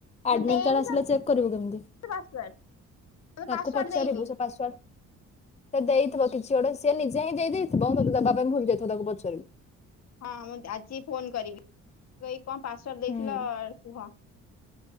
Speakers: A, on the left; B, on the left.
A: ଆଡମିଟ୍
B: ମୁଁ ଦେଇନି
A: କାର୍ଡ ଆସିଲେ ଚେକ୍ କରିବୁ କେମିତି?
B: ପାସୱାର୍ଡ ମତେ
A: ତାକୁ
B: ପାସୱାର୍ଡ
A: ପଚାରିବୁ
B: ଦେଇନି
A: ସେ ପାସୱାର୍ଡ। ସେ ଦେଇଥିବ କିଛି ଗୋଟେ ସିଏ ନିଜେ ହିଁ ଦେଇ ଦେଇଥିବ ତତେ ଦବା ପାଇଁ ଭୁଲି ଯାଇଥିବ ତାକୁ ପଚାରିବୁ।
B: ହଁ ମୁଁ ଆଜି ଫୋନ କରିବି କହିବି କଣ ପାସୱାର୍ଡ ଦେଇଥିଲ
A: ହୁଁ
B: କୁହ।